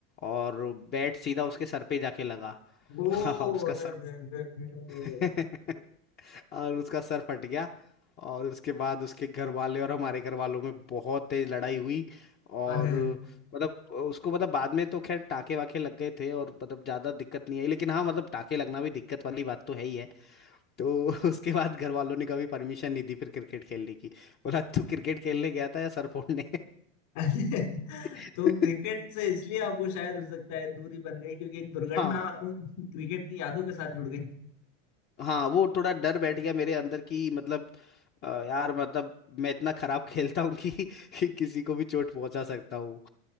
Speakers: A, on the left; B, on the left.
A: और बैट सीधा उसके सर पे जाके लगा
B: ओ
A: <laughs> और उसका
B: अरे अरे, अरे, अरे,
A: सर
B: <laughs>
A: <laughs> और उसका सर फट गया और उसके बाद उसके घर वाले और हमारे घर वालों में बहुत तेज लड़ाई हुई और
B: अरे, अरे, अरे।
A: मतलब उसको मतलब बाद में तो खैर टाके वाके लग गए थे और मतलब ज्यादा दिक्कत नहीं आई लेकिन हाँ मतलब टाके लगना भी दिक्कत वाली बात तो है ही है तो <laughs> उसके बाद घर वालों ने कभी परमिशन नहीं दी फिर क्रिकेट खेलने की बोला तू क्रिकेट खेलने गया था या सर फोड़ने
B: <laughs>
A: <laughs>
B: तो क्रिकेट से इसलिए आपको शायद हो सकता है दूरी बन गई क्योंकि एक दुर्घटना
A: हाँ
B: उन क्रिकेट की यादों के साथ जुड़ गई
A: हाँ वो थोड़ा डर बैठ गया मेरे अंदर की मतलब अ, यार मतलब मैं इतना खराब खेलता हूँ कि, कि किसी को भी चोट पहुंचा सकता हूँ